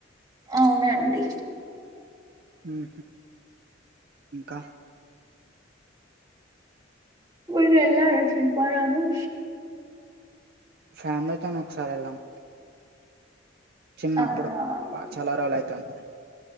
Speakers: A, on the right; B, on the right.
A: ఔనండి
B: మ్మ్ హు ఇంక
A: మీరెల్లారా శిల్పారామం
B: ఫ్యామిలీతోనె ఒకసారి వెళ్ళాం చిన్నప్పుడు
A: అవునా
B: బా చాలా రోలై తుంది